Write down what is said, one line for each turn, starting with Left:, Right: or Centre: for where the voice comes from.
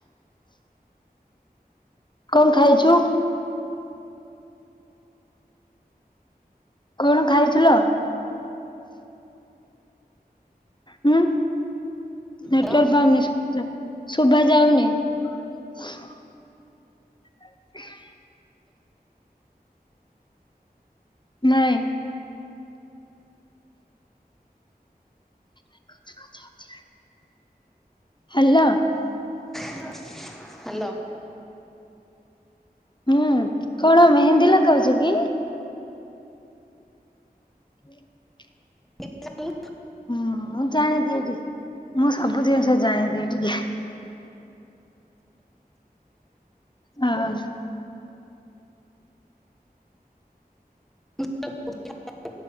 Left: କଣ ଖାଇଛୁ? କଣ ଖାଇଥିଲ? ହୁଁ ନେଟୱାର୍କ
Centre: ହ୍ୟାଲୋ
Left: ପାଉନି ଶୋଭା ଯାଉନି। <unintelligible> <unintelligible> ନାହିଁ। <unintelligible> ହାଲୋ।
Centre: ହ୍ୟାଲୋ।
Left: ହୁଁ କଣ ମେହେନ୍ଦୀ ଲଗାଉଛୁ କି? <inaudible>
Centre: ନାଇଁ।
Left: ହୁଁ ମୁଁ ଜାଣିଦିଏ ଟିକେ ମୁଁ ସବୁ ଜିନିଷ ଜାଣିଦିଏ ଟିକେ। ହଁ।
Centre: <unintelligible>